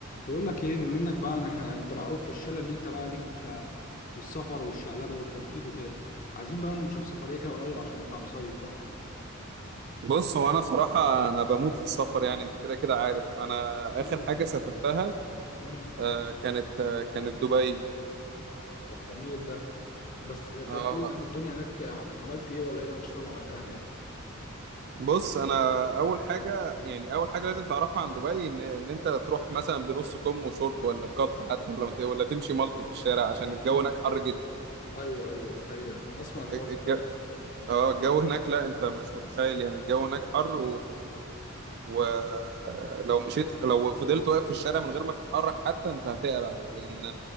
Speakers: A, on the left; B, on the right.
A: بقول لك ايه بما انك بقى احنا انت معروف في الشله ان انت بقى ليك آه، في السفر والشقلبه والتنطيط وكده عايزين بقى نشوف سفريه كده قريب عشان نطلع نصيف بقى
B: بص هو انا صراحه انا بموت في السفر يعني انت كده كده عارف انا
A: ايوه
B: اخر حاجه سافرتها
A: امم
B: آه، كانت آه، كانت دبي
A: طب جميل ده بس آه، طب
B: آه،
A: ايه يعني الدنيا هناك ع- عملت ايه ولا ايه الانشطه اللي عملتها هناك
B: بص انا اول حاجه يعني اول حاجه لازم تعرفها عن دبي ان ان انت تروح مثلا بنص كم وشورت ولا بقط حتى ولا مت- ولا تمشي ملط في الشارع عشان الجو
A: <laughs>
B: هناك حر جدا
A: ايوه ايوه دي حقيقه انا اسمع الحوار
B: الج-
A: ده فعلا
B: اه الجو هناك لا انت مش متخيل يعني الجو هناك حر ولو مشيت لو فضلت واقف في الشارع من غير ما تتحرك حتى انت هتقلع لان